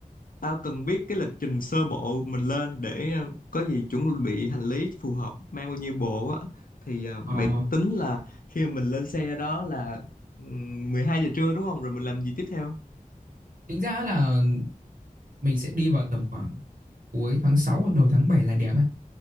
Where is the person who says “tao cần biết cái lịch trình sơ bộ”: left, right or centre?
Left